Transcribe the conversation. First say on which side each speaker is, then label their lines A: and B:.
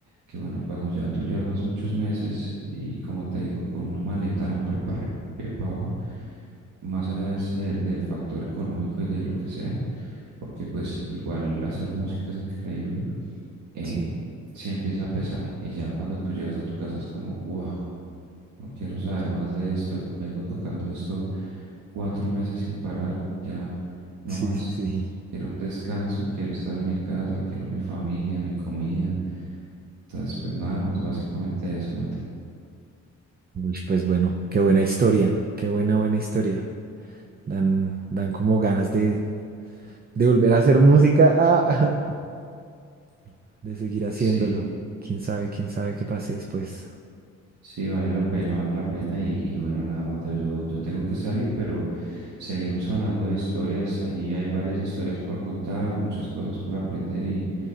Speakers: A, on the right (about 75°); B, on the right (about 30°).
A: que bueno, cuando ya tú llevas muchos meses y como te digo, con una maleta al hombro para arriba y para abajo, más allá de s- de- del factor económico y de lo que sea, porque pues igual hacer música es increíble, eh,
B: Sí,
A: sí empieza a pesar y ya cuando tú llegas a tu casa es como, wow. No quiero saber más de esto. Vengo tocando esto cuatro meses sin parar. Ya no
B: sí,
A: más.
B: sí, sí.
A: Quiero un descanso. Quiero estar en mi casa. Quiero mi familia, mi comida. Entonces, pues nada, es básicamente eso, Mateo.
B: Uy, pues bueno, qué buena historia, qué buena, buena historia. Dan, dan como ganas de, de volver a hacer música, ah, <laughs> de seguir haciéndolo.
A: Sí,
B: Quién sabe, quién sabe qué pase después.
A: sí, vale la pena, vale la pena. Y, y bueno, nada, Mateo, yo, yo tengo que salir, pero seguimos hablando de historias. Ahí hay varias historias por contar, muchas cosas por aprender. Y,